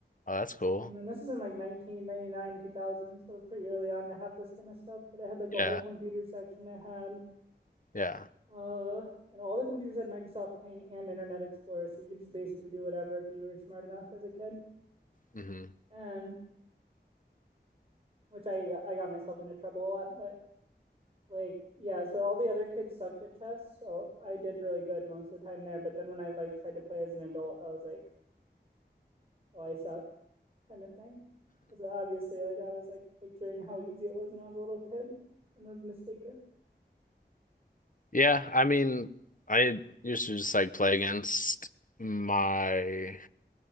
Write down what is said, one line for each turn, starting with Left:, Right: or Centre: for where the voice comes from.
Left: oh, that's cool.
Right: Um, and this is in like 1999, 2000, so it was pretty early on to have this kind of stuff. But it had like
Left: Yeah.
Right: a whole computer section. It had,
Left: Yeah.
Right: uh, and all the computers had Microsoft Paint and Internet Explorer, so you could just basically do whatever if you were smart enough as a kid.
Left: hmm
Right: And which I I got myself into trouble a lot, but like yeah, so all the other kids sucked at chess, so I did really good most of the time there. But then when I like tried to play as an adult, I was like, oh, I suck. kind of thing. Because obviously, like, I was like picturing how easy it was when I was a little kid and was mistaken.
Left: Yeah, I mean, I used to just like play against my